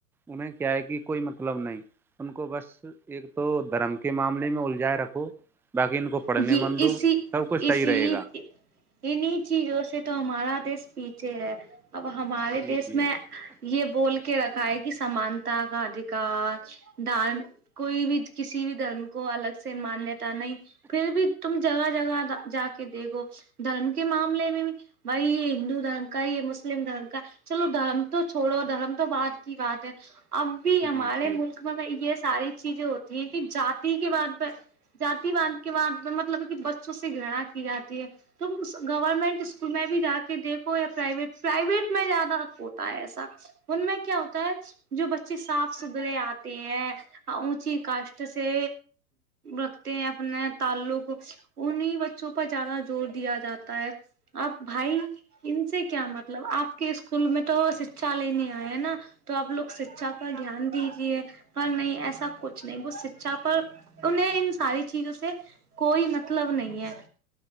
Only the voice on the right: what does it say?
یہ
اسی
اسی
انیں چیزوں سے تو ہمارا دیس پیچھے ہے اب ہمارے
دیس
میں یہ بول کے رکھا ہے کہ سمانتا کا ادھیکار دارم کوئی بھی کسی بھی دھرم کو الگ سے مانیہتا نہیں پھر بھی تم جگہ جگہ جا کے دیکھو دھرم کے معاملے میں بھی بھائی یہ ہندو دھرم کا یہ مسلم دھرم کا چلو دھرم تو چھوڑو دھرم تو بعد کی بات ہے اب بھی
ہمارے
ملک میں یہ ساری چیزیں ہوتی ہیں کہ جاتی کے بعد میں جاتی کے بعد مطلب کہ بچوں سے گڑا کی جاتی ہے تم گورنمنٹ اسکول میں بھی جا کے دیکھو یا پرائیویٹ پرائیویٹ میں زیادہ ہوتا ہے ایسا ان میں کیا ہوتا ہے جو بچے صاف ستھرے آتے ہیں اونچی کاشٹ سے رکھتے ہیں اپنے تعلق انہی بچوں پر زیادہ زور دیا جاتا ہے اب بھائی ان سے کیا مطلب آپ کے اسکول میں تو شکشا لینی آ ہے نا تو آپ لوگ شکشا پر دھیان دیجیے پر نہیں ایسا کچھ نہیں وہ شیکشا پر انہیں ان ساری چیزوں سے کوئی مطلب نہیں ہے